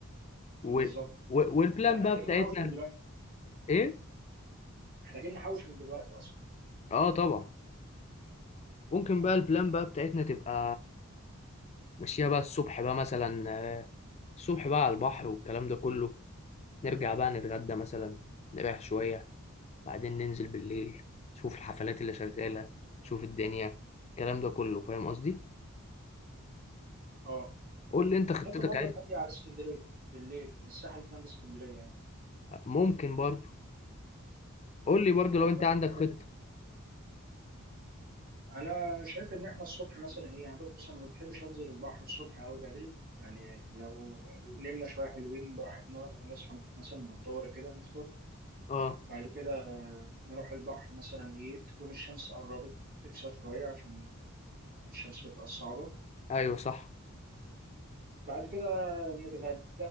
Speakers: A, on the left; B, on the right.
A: و...
B: بالظبط
A: و... والبلان
B: احنا
A: بقى
B: محتاجين
A: بتاعتنا
B: نحوش من دلوقتي
A: ايه
B: محتاجين نحوش من دلوقتي اصلا
A: اه طبعا ممكن
B: اه
A: بقى البلان بقى بتاعتنا تبقى ماشيه بقى الصبح بقى مثلا آه، الصبح بقى على البحر والكلام ده كله نرجع بقى نتغدى مثلا نريح شويه بعدين ننزل بالليل نشوف الحفلات اللي شغالة نشوف الدنيا الكلام ده كله فاهم قصدي
B: اه
A: قول لي انت خطتك
B: ممكن برضه
A: عايز
B: نعدي على اسكندريه بالليل الساحل جنب اسكندريه يعني
A: ممكن برضو قول لي برضو
B: هتبقى
A: لو انت
B: فكره
A: عندك
B: حلوه
A: خطة
B: انا شايف ان احنا الصبح مثلا ايه يعني بص انا ما بحبش انزل البحر الصبح قوي بدري يعني لو نمنا شويه حلوين براحتنا ونصحى مثلا على الظهر كده نفطر
A: اه
B: بعد كده نروح البحر مثلا ايه تكون الشمس قربت تكسر شويه عشان الشمس بتبقى صعبه
A: ايوه صح
B: بعد كده نتغدى